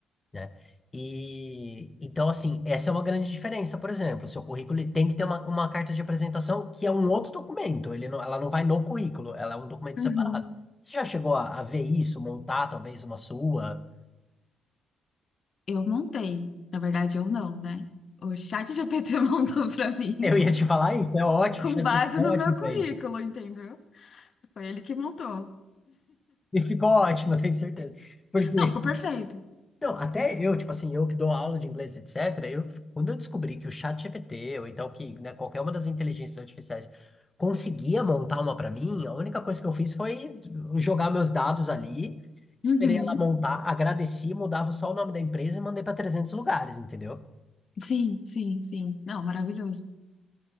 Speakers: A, on the left; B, on the left.
A: né? E, então, assim, essa é uma grande diferença, por exemplo. O seu currículo ele tem que ter uma, uma carta de apresentação que é um outro documento. Ele não- ela não vai no currículo, ela é um documento
B: Uhum.
A: separado. Você já chegou a, a ver isso, montar talvez uma sua?
B: Eu montei. Na verdade, eu não, né? O chat GPT <laughs> montou pra mim
A: Eu ia te falar isso, é ótimo,
B: com
A: o ChatGPT
B: base
A: é
B: no
A: ótimo
B: meu currículo,
A: para isso.
B: entendeu? Foi ele que montou.
A: E ficou ótimo, eu tenho certeza. porque
B: Não, ficou perfeito.
A: Não, até eu, tipo assim, eu que dou aula de inglês, etc., eu, quando eu descobri que o chat GPT ou então que, né, qualquer uma das inteligências artificiais conseguia montar uma para mim, a única coisa que eu fiz foi jogar meus dados ali, esperei
B: Uhum.
A: ela montar, agradeci, mudava só o nome da empresa e mandei para trezentos lugares, entendeu?
B: Sim, sim, sim. Não, maravilhoso.